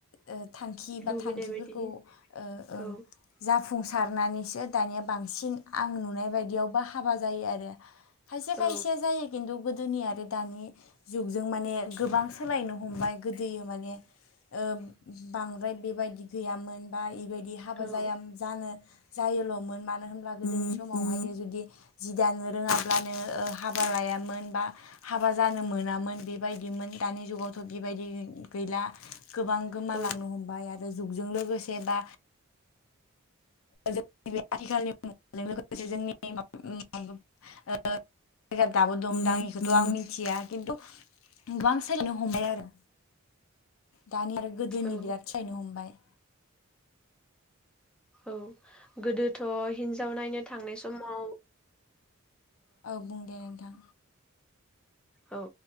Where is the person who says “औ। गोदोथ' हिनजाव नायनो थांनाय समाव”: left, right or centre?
Centre